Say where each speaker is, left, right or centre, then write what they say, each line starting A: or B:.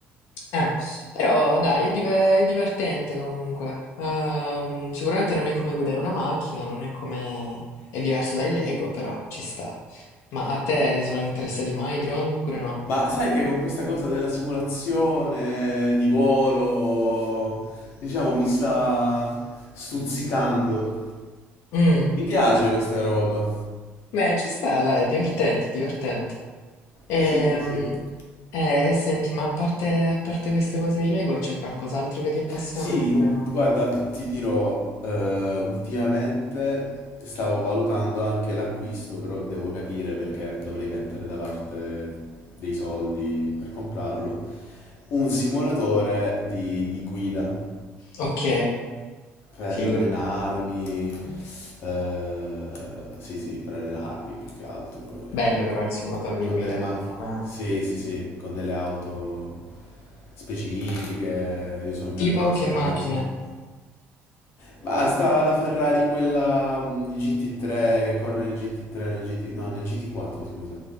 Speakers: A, on the left; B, on the left.
A: eh, però dai, è, dive- è divertente comunque. Ehm, sicuramente non è come guidare una macchina, non è come... è diverso dai Lego, però ci sta. Ma a te ti sono interessati mai i drone oppure no?
B: Ma sai che con questa cosa della simulazione di volo, diciamo, mi sta stuzzicando.
A: Mm,
B: Mi piace questa roba.
A: Beh, ci sta, dai, è divertente, è divertente. Ehm,
B: Sì, sì.
A: eh, senti, ma a parte, a parte queste cose di Lego, c'è qualcos'altro che ti appassiona
B: Sì,
A: oppure non?
B: guarda, ti dirò, eh, ultimamente stavo valutando anche l'acquisto, però devo capire perché dovrei mettere da parte dei soldi per comprarlo, un simulatore di, di guida
A: Ok,
B: per
A: figo.
B: allenarmi, eh, sì sì, per allenarmi più che altro,
A: Bello
B: eh,
A: però il simulatore di
B: con
A: guida
B: delle macchine,
A: comunque. eh.
B: sì sì sì, con delle auto specifiche, io sono un
A: Tipo
B: grande appassionato.
A: che macchine?
B: Basta la Ferrari, quella mm, GT3 che corre nel GT3, nel GT, no, nel GT4, scusa.